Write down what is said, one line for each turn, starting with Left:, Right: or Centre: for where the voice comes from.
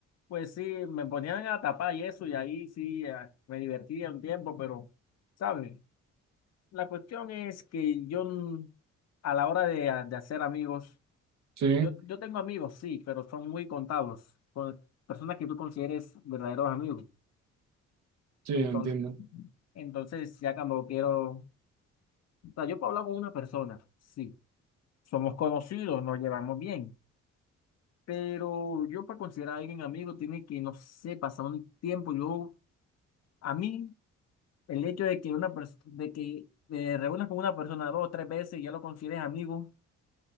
Left: Pues sí, me ponían a tapar y eso y ahí sí eh, me divertía un tiempo, pero, ¿sabes? La cuestión es que yo mm, a la hora de, de hacer amigos,
Right: Sí,
Left: yo, yo tengo amigos, sí, pero son muy contados, con personas que tú consideres verdaderos amigos.
Right: sí,
Left: Entonces,
Right: entiendo.
Left: entonces ya cuando quiero, o sea, yo puedo hablar con una persona, sí, somos conocidos, nos llevamos bien, pero yo para considerar a alguien amigo tiene que, no sé, pasar un tiempo. Yo, a mí, el hecho de que una pers- de que te reúnas con una persona dos o tres veces y ya lo consideres amigo.